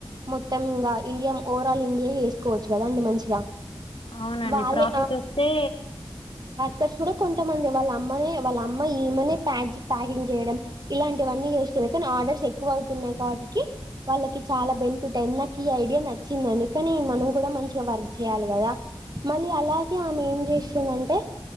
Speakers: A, on the right (about 45°); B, on the left (about 65°).
A: మొత్తం ఇంకా ఇండియా ఓవరాల్ ఇండియా చేసుకోవచ్చు కదాండి మంచిగా
B: అవునండి
A: వాళ్ళే
B: ప్రాఫిట్ వస్తే
A: తర్స్ కూడా కొంతమంది వాళ్ళ అమ్మనే వాళ్ళ అమ్మ ఏమనే ప్యాజిక్ ప్యాకింగ్ చేయడం ఇలాంటివన్నీ చేస్తున్నాయి కానీ ఆర్డర్స్ ఎక్కువ అవుతున్నాయి కాబట్టికి వాళ్ళకి చాలా బెనిఫిట్ అ నాక ఈ ఐడియా నచ్చిందండి కానీ మనం కూడా మంచిగా వర్క్ చేయాలి కదా మళ్ళీ అలాగే ఆమె ఏం చేస్తుందంటే